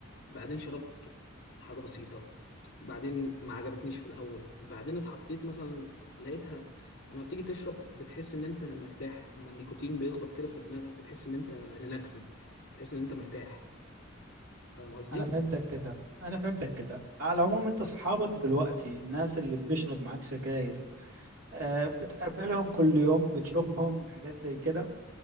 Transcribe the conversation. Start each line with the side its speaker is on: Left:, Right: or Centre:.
Left: بعدين شربت حاجه بسيطه بعدين ما عجبتنيش في الاول بعدين اتحطيت مثلا لقيتها اما بتيجي تشرب بتحس ان انت مرتاح اما النيكوتين بيخبط كده في دماغك بتحس ان انت ريلاكسد بتحس ان انت مرتاح فاهم قصدي
Right: انا فهمتك كده انا فهمتك كده على العموم انت اصحابك دلوقتي الناس اللي بتشرب معاك سجاير آه، بتقابلهم كل يوم بتشوفهم حاجات زي كده